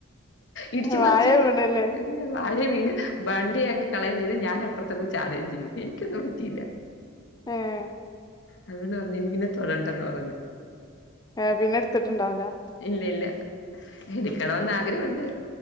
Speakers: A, on the left (about 60°); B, on the left (about 20°).
A: ഇടിച്ചു
B: വാഴ
A: പറിച്ചിട്ട്
B: വീണല്ലേ
A: വാഴേം വീണ് വണ്ടി അങ്ങ് കളയും ചെയ്തു ഞാൻ അപ്പറത്ത് എടുത്ത് ചാടുകയും ചെയ്തു എനിക്കൊന്നും പറ്റിയില്ല
B: ആഹ്
A: അതുകൊണ്ട് പറഞ്ഞ് ഇനിയിതിമ്മെ തൊടണ്ടന്ന് പറഞ്ഞു
B: ഏ പിന്നെ എടുത്തിട്ടുണ്ടാവൂല
A: ഇല്ലയില്ല എടുക്കണംന്ന്
B: ഉം
A: ആഗ്രഹവുണ്ട്